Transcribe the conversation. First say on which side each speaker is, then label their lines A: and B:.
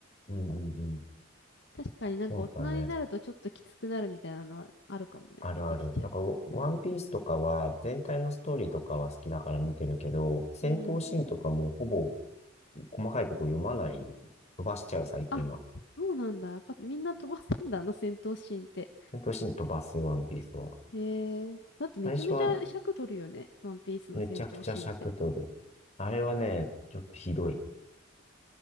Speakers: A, on the left; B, on the left.
A: うん、うん、うん。
B: 確かになんか大人になるとちょっときつくなるみたいなのはあるかもね。
A: そうだね。あるある。
B: 出てきちゃ
A: だから、ワンピースとかは、全体のストーリーとかは好きだから見てるけど、戦闘シーンとかもほぼ
B: う。うん。
A: 細かいとこ読まない、飛ばしちゃう、最近は。
B: あ、そうなんだ。やっぱみんな飛ばすんだ、あの戦闘シーンって。
A: 戦闘シーン飛ばす、ワンピースは。
B: へえ。だってめちゃめちゃ尺取るよね。
A: 最初は
B: ワンピースの戦闘シーンって。
A: めちゃくちゃ尺取る。あれはね、ちょっとひどい。